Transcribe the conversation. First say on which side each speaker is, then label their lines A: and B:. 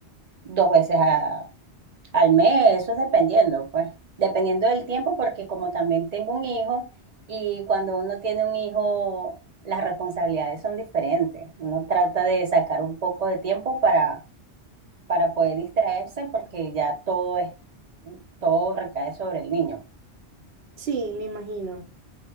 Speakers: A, on the right; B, on the right.
A: dos veces a- al mes, eso es dependiendo, pues, dependiendo del tiempo, porque como también tengo un hijo, y cuando uno tiene un hijo, las responsabilidades son diferentes, uno trata de sacar un poco de tiempo para para poder distraerse porque ya todo es, todo recae sobre el niño.
B: Sí, me imagino.